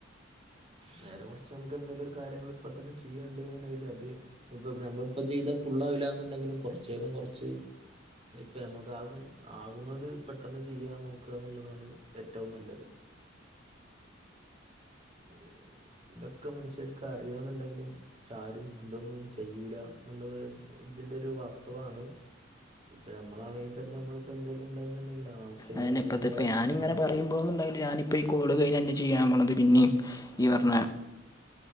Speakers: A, on the right (about 30°); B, on the left (about 20°).
A: നേരെ മറിച് നമുക്ക് എന്തേലും ഒരു കാര്യങ്ങൾ ഇപ്പ തന്നെ ചെയ്യാന്നുണ്ടെങ്കിൽ അത് ഇനി ഇപ്പ നമ്മള ഇപ്പ ചെയ്താ ഫുള് ആവില്ലന്നുണ്ടെങ്കിലും കുറച്ചേലും കുറച്ച് ഇപ്പ നമ്മൾക്ക് ആ ആവുന്നത് പെട്ടെന്ന് ചെയ്യാ നോക്കുക എന്നുള്ളതാണ് ഏറ്റവും നല്ലത് അതെ അതെ ഇതൊക്കെ മനുഷ്യർക്ക് അറിയാന്നുണ്ടെങ്കിലും പക്ഷെ ആാരും എന്തൊന്നും ചെയ്യൂല എന്നുള്ളത് ഇതിന്റെ ഒരു വാസ്തവമാണ് ഇപ്പ നമ്മളാണങ്കി തന്നെ നമ്മിപ്പോ എന്തേലും ഉണ്ടന്ന്ണ്ടെങ്കില് ആ ചെയ്യാ
B: അതിനി ഇപ്പത്തെ
A: ചെയ്യാ
B: ഇപ്പ
A: പറഞ്ഞിട്ട്
B: ഞാനിങ്ങെനെ
A: അങ്ങനെ
B: പറയുമ്പോന്നുണ്ടങ്കിലും ഞാന് ഇപ്പ ഈ കോള് കഴിഞാ ഇഞ് ചെയ്യാം പോണത് പിന്നിം ഇയ്യ് പർഞ്ഞ